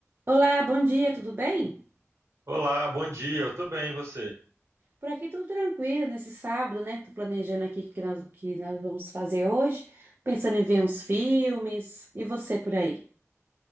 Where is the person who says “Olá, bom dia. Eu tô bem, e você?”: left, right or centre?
Right